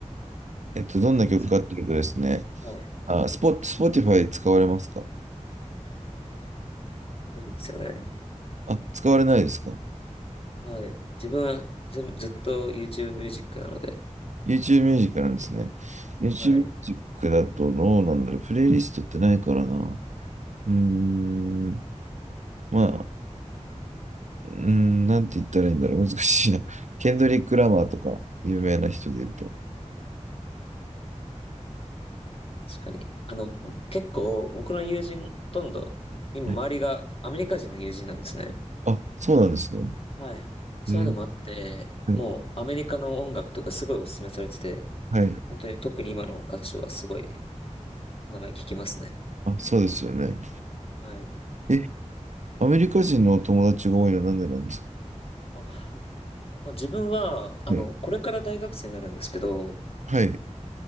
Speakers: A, on the right; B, on the left.
A: えっと、どんな曲かっていうとですね、
B: うですかはい。
A: あ、スポ、スポティファイ使われますか
B: そうですよね。
A: あ、使われないですか
B: はい。自分はず、ずっと YouTube ミュージックなので、
A: YouTube ミュージックなんですね。YouTube
B: はい。
A: ミュージックだとどうなんだろう。プレイリストってないからな。うーん。まあ、うーん、なんて言ったらいいんだろう。難しいな。<laughs> ケンドリック・ラマーとか、有名な人で言うと。
B: 確かに。あの、結構僕の友人、ほとんど、今周りがアメリカ人の友人なんですね。
A: はいあ、そうなんですね。
B: はい。そういうのもあって、
A: えーはい。
B: もうアメリカの音楽とかすごいお勧めされてて、
A: はい
B: 本当に特に今の歌手はすごい名前聞きますね。
A: あ、そうですよね。
B: はい。
A: え、アメリカ人のお友達が多いのはなんでなんですか
B: あ、まあ自分は、あの、
A: ね。
B: これから大学生になるんですけど、
A: はい。